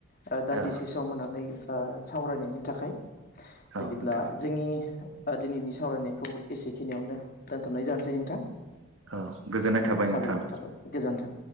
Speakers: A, on the left; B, on the right.
A: ओ दान्दिसे
B: औ
A: सम होनानै ओ सावरायनायनि थाखाय।
B: औ
A: बिदिब्ला
B: नोंथां
A: जोंनि ओ दिनैनि सावरायनायखौ एसेखिनियावनो दोनथ'नाय जानोसै नोंथां।
B: औ गोजोननाय थाबाय
A: साबायखर
B: नोंथां।
A: थाबाय गोजोन्थों